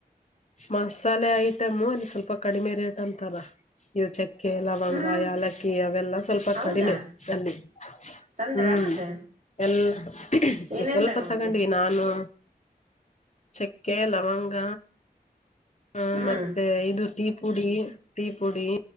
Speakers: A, on the left; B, on the right.
A: ಮಸಾಲೆ ಐಟಮು ಅಲ್ಲಿ ಸ್ವಲ್ಪ ಕಡಿಮೆ ರೇಟ್ ಅಂತಾರ. ಇವ್ ಚಕ್ಕೆ ಲವಂಗ
B: ಹ್ಮ್
A: ಯಾಲಕ್ಕಿ ಅವೆಲ್ಲಾ ಸ್ವಲ್ಪ
B: ಹೌದಾ
A: ಕಡಿಮೆ ಅಲ್ಲಿ.
B: ತಂದ್ರ
A: ಹ್ಮ್
B: ಮತ್ತೆ
A: ಎಲ್ಲ ಸ್ವ
B: ಏನೇನ್
A: ಸ್ವಲ್ಪ
B: ತಗೊಂಬಂದೆ
A: ತಗೊಂಡ್ವಿ ನಾನು ಚಕ್ಕೆ ಲವಂಗ ಹ
B: ಹ್ಮ್
A: ಮತ್ತೆ ಇದು ಟೀ ಪುಡಿ ಟೀ ಪುಡಿ